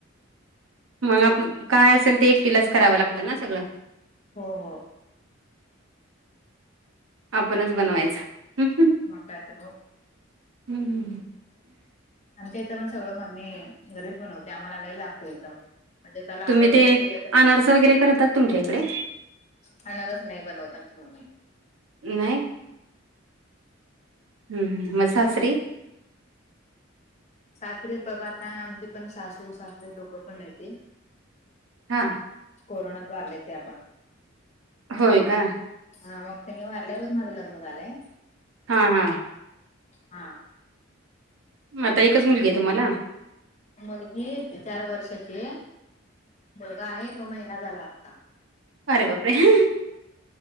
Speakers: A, on the right; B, on the left.
A: मग आप काय असेल ते एकटीलाच करावं लागतं ना सगळं
B: हो हो
A: आपणच बनवायचं
B: मकायत
A: हम् हम ह
B: आमच्या इथं पण सगळं मम्मी घरीच बनवते आम्हाला लही लागते इथं म्हणजे आता लाडू
A: तुम्ही
B: वगैरे
A: ते
B: केलं तर
A: अनारस वगैरे करतात तुमच्या इकडे
B: आणणारच नाही बनवतची मण्ही
A: नाहीय हम्म म सास्री
B: सासरी बघ आता आमची पण सासू सासरीे दोघं पण नती
A: हा
B: कोरोनात वारले ते आपण
A: होय का
B: हा मग त्यांनी वारल्यावरच माझं लग्न झालंय
A: हा हा
B: हा
A: आता एकच मुलगी आहे तुम्हाला
B: मुलगी येत चार वर्षाची मुलगा आहे तो महिना झाला आत्ता
A: अरे बापरे